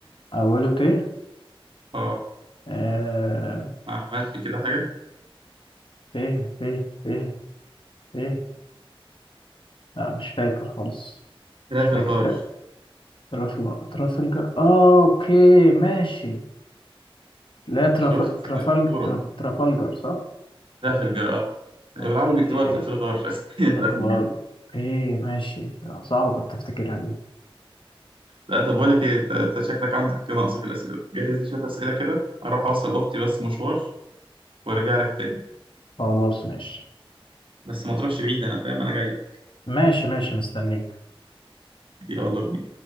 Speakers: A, on the left (about 60°); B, on the right (about 65°).
A: أوله ت
B: <laughs> اه
A: آه
B: ما عملش كده حاجة
A: ت ت ت ت لا مش فاكر خالص
B: تراف
A: مش فاكر
B: الغار
A: ت- ترافل ترافلجر آه أوكي ماشي لا تراف
B: شفت
A: ترافلج
B: مشهورة
A: تراف ترافلجر صح؟
B: تراف الجر اه بالعربي
A: أوكي
B: بيكتبوها تراف الغار بس <laughs> هي تراف
A: ترافلجر
B: الجر آه.
A: أوكي ماشي صعبة كنت أفتكرها دي
B: لا طب بقول لك ايه انت أنت شكلك عندك نقص في الأسئلة جهز لي شوية أسئلة كده أروح أوصل أختي بس مشوار وأرجع لك تاني
A: خلاص ماشي
B: بس ما تروحش بعيد انا فاهم انا جاي لك
A: ماشي ماشي مستنيك
B: كتير والله